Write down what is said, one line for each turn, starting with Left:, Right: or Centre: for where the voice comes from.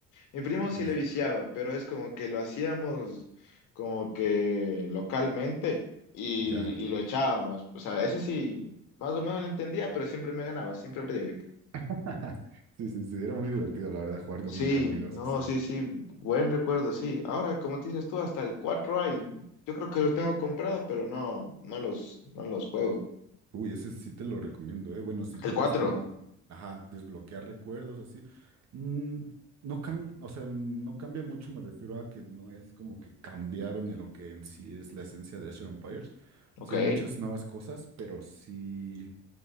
Left: Mi primo sí
Right: Sí,
Left: le
Right: sí.
Left: viciaba, pero es como que lo hacíamos como que localmente y,
Right: Ya.
Left: y lo echábamos. O sea, ese sí, más o menos lo entendía, pero siempre me ganaba, siempre perdía yo.
Right: <laughs> Sí, sí, sí. Era muy divertido, la verdad, jugarlo
Left: Sí,
Right: entre amigos
Left: no,
Right: así.
Left: sí, sí, buen recuerdo, sí. Ahora, como te dices tú, hasta el 4 hay. Yo creo que los tengo comprado, pero no, no los, no los juego.
Right: Uy, ese sí te lo recomiendo, ¿eh? Bueno, si quieres
Left: El cuatro
Right: como, ajá, desbloquear recuerdos así, mm, no cambia, o sea, no cambia mucho, me refiero a que no es como que cambiaron en lo que en sí es la esencia de Asher Empires.
Left: ok.
Right: Sí hay muchas nuevas cosas, pero sí,